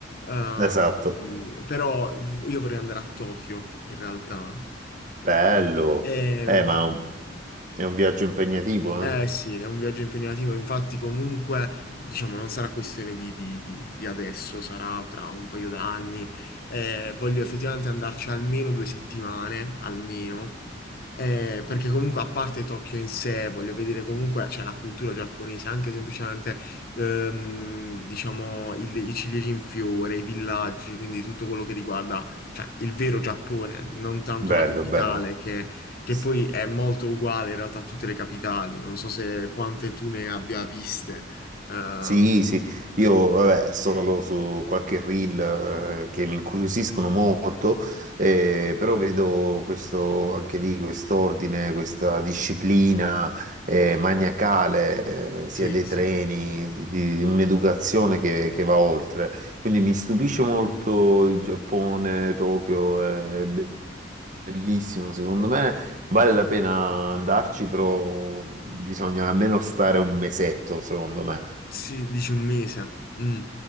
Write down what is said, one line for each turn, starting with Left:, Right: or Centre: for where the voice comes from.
Left: Mm. Uh,
Right: Esatto,
Left: mh, però v- io vorrei andare a Tokyo, in realtà.
Right: bello.
Left: E,
Right: Eh,
Left: mh,
Right: ma È un viaggio impegnativo,
Left: eh
Right: eh?
Left: sì, è un viaggio impegnativo, infatti comunque, diciamo, non sarà questione di, di- di- di adesso, sarà tra un paio d'anni. Eh, voglio effettivamente andarci almeno due settimane, almeno Eh, perché comunque a parte Tokyo in sé, voglio vedere comunque, c'è la cultura giapponese, anche semplicemente, ehm, diciamo, il- i ciliegi in fiore, i villaggi, quindi tutto quello che riguarda, cioè, il vero Giappone, non tanto
Right: Bello,
Left: la capitale,
Right: bello.
Left: che, che
Right: S-
Left: poi è molto uguale in realtà a tutte le capitali, non so se quante tu ne abbia viste. Eh,
Right: Sì, sì, io vabbè, solo su qualche reel eh, che mi incuriosiscono molto, eh, però vedo questo, anche lì quest'ordine, questa disciplina eh, maniacale, eh, sia
Left: sì,
Right: dei
Left: sì.
Right: treni, di, di un'educazione che, che va oltre. Quindi mi stupisce molto il Giappone, Tokyo, eh, Bellissimo, secondo me vale la pena andarci, però bisogna almeno stare un mesetto, secondo me.
Left: Sì, dici un mese. Mm.